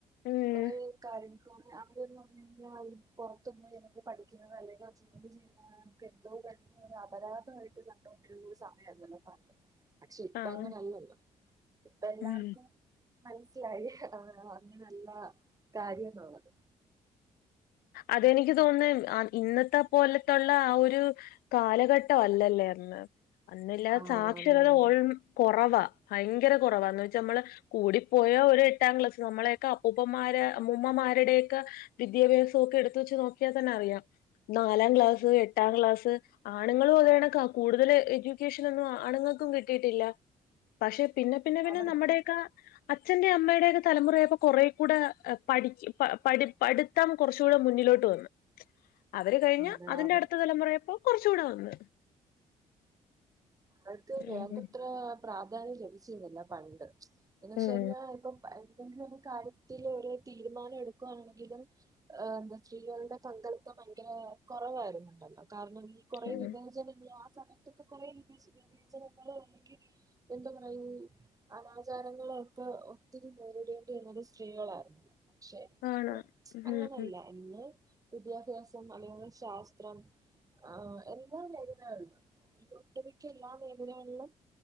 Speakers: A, on the left; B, on the right.
A: ഉം
B: കോറെ കാര്യങ്ങൾ അവരന്ന് പറഞ്ഞ് കഴിഞ്ഞാൽ ഈ പൊറത്തു പോയി അല്ലെങ്കിൽ പഠിക്കുന്നത് അല്ലെങ്കിൽ ജോലി ചെയ്യുന്നത് നമുക്ക് എന്തോ വലിയ ഒരു അപരാധമായിട്ട് കണ്ടൊണ്ടിരുന്ന ഒരു സം <unintelligible> പക്ഷെ ഇപ്പം
A: ആഹ്
B: അങ്ങനല്ലല്ലോ ഇപ്പം എല്ലാർക്കും
A: ഉം
B: മനസ്സിലായി ആഹ് അങ്ങനല്ല കാര്യമെന്നുള്ളത്
A: അതെനിക്ക് തോന്നുന്നു ഇന്നത്തെ പോലത്തുള്ള ആ ഒരു കാലഘട്ടം അല്ലല്ലേ അന്ന് അന്നല്ലാ
B: ആ
A: സാക്ഷരത
B: അതെ അതെ
A: ഓൾ കൊറവാ ഭയങ്കര കൊറവാ അന്ന് വെച്ചാ നമ്മള് കൂടിപ്പോയാ ഒരു എട്ടാം ക്ലാസ്സ് നമ്മളെയൊക്കെ അപ്പൂപ്പമാരെ അമ്മൂമ്മമാരുടെയൊക്കെ വിദ്യാഭ്യാസം ഒക്കെ എടുത്ത് വെച്ച് നോക്കിയാൽ തന്നെ അറിയാം നാലാം ക്ലാസ് എട്ടാം ക്ലാസ് ആണുങ്ങളും അതേ കണക്കാ കൂടുതൽ എഡ്യൂക്കേഷൻ ഒന്നും ആണുങ്ങൾക്കും കിട്ടിയിട്ടില്ല പക്ഷെ പിന്നെ പിന്നെ പിന്നെ
B: അവർക്ക്
A: നമ്മുടെയൊക്കെ അച്ഛന്റെ അമ്മയുടെക്കെ തലമുറയപ്പോ കൊറേ കൂടെ പഠിചി പ പഠി പഠിത്തം. കൊർച്ചൂടെ മുന്നിലോട്ട് വന്നു അവര് കഴിഞ്ഞ
B: അതെ
A: അതിന്റെട്ത്ത
B: അവർക്ക്
A: തലമുറയപ്പോ കൊർച്ചുകൂടെ വന്ന.
B: അവര്ക്ക് വേണ്ടത്ര
A: ഉം
B: പ്രാധാന്യം ലഭിച്ചിരുന്നില്ല പണ്ട് എന്ന് വച്ച
A: ഉം
B: കഴിഞ്ഞാ ഇപ്പ പ ന്തെങ്കിലു ഒരു കാര്യത്തിലൊരു തീരുമാനം എടുക്കുവാണെങ്കിലും. ഏഹ് ന്ത സ്ത്രീകള്ടെ പങ്കളിത്തം ഭയങ്കര കൊറവായിരുന്നുണ്ടല്ലോ കാരണം ഈ. കൊറേ
A: ഉം
B: വിവേചനങ്ങളോ ആ സമയത്തൊക്കെ കൊറേ വിവജ് വിവേചനങ്ങളോ അല്ലെങ്കി. എന്ത പറയൂ. അനാചാരങ്ങളൊക്കെ ഒത്തിരി നേരിടേണ്ടി വന്നത് സ്ത്രീകളായിരുന്നില്ല. പക്ഷെ
A: ആണ്
B: ന്ന്
A: ഉം
B: അങ്ങനല്ല.
A: ഉം
B: ഇന്ന് വിദ്യാഭ്യാസം അല്ലെങ്കിൽ ശാസ്ത്രം. ആ എല്ലാ മേഖലകൾലും <unintelligible> ട്ടറി. ക്കെല്ലാ മേഖലകൾലും